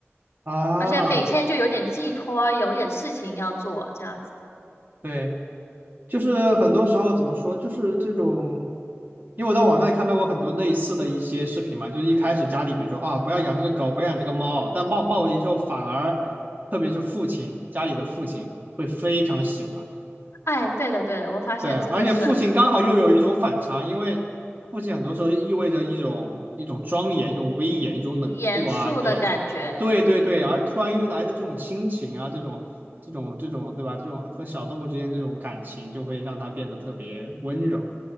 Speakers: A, on the right (about 40°); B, on the left (about 65°).
A: 啊。
B: 而且每天就有点寄托，有点事情要做，这样子。
A: 对，就是很多时候怎么说，就是这种，因为我在网上也看到过很多类似的一些视频嘛，就是一开始家里比如说啊，不要养这个狗，不要养这个猫，但抱抱回去之后，反而特别是父亲，家里的父亲会非常喜欢。
B: 哎，对的，对的，我发现真的是
A: 对啊，而且父亲刚好又有一种反差，因为父亲很多时候意味着一种一种庄严、一种威严、一种冷酷啊，
B: 严肃的感觉。
A: 对，对对对，
B: 嗯，
A: 而突然又来的这种亲情啊，这种这种这种，对吧？这种和小动物之间这种感情，就会让他变得特别温柔。